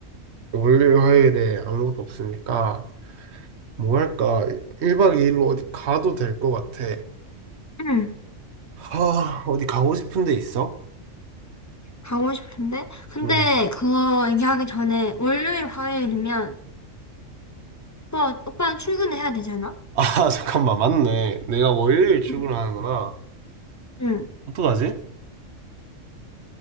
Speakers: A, on the right; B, on the left.
A: 월요일, 화요일에 아무것도 없으니까 뭐 할까? 1박 2일로 어디 가도 될 것 같아.
B: 응.
A: 하, 어디 가고 싶은 데 있어?
B: 가고 싶은데? 근데
A: 음.
B: 그거 얘기하기 전에 월요일, 화요일이면 오빠, 오빠는 출근을 해야 되잖아?
A: 아, <laughs> 잠깐만, 맞네. 내가 월요일 출근을
B: 응.
A: 하는구나.
B: 응.
A: 어떡하지?